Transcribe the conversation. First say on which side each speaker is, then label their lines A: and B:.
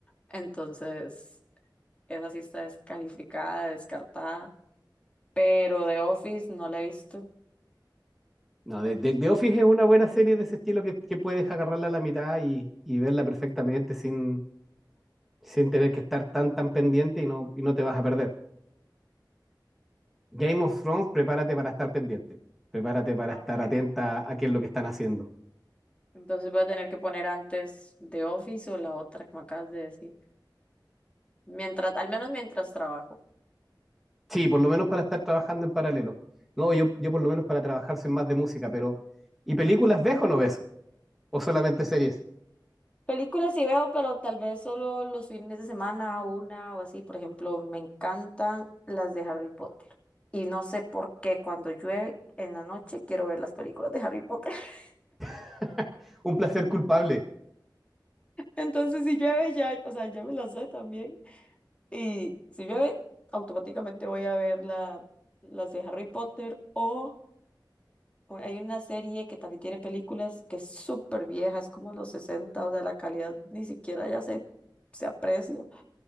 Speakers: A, on the left; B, in the centre.
A: Entonces, esa sí está descalificada, descartada, pero The Office no la he visto.
B: No, The, The- The Office es una buena serie de ese estilo que, que puedes agarrarla a la mitad y, y verla perfectamente sin, sin tener que estar tan, tan pendiente y no, y no te vas a perder. Game of Thrones, prepárate para estar pendiente, prepárate para
A: Ah,
B: estar
A: Ok.
B: atenta a qué es lo que están haciendo.
A: Entonces voy a tener que poner antes The Office o la otra que me acabas de decir, mientras, al menos mientras trabajo.
B: Sí, por lo menos para estar trabajando en paralelo. No, yo, yo por lo menos para trabajar soy más de música, pero ¿y películas ves o no ves? ¿O solamente series?
A: Películas sí veo, pero tal vez solo los fines de semana, una o así. Por ejemplo, me encantan las de Harry Potter. Y no sé por qué cuando llueve en la noche quiero ver las películas de Harry Potter. <laughs>
B: <laughs> Un placer culpable.
A: Entonces, si llueve ya, o sea, ya me las sé también. Y si llueve, automáticamente voy a ver la, las de Harry Potter. O o hay una serie que también tiene películas que es súper vieja, es como los 60, o sea, la calidad ni siquiera ya se, se aprecia.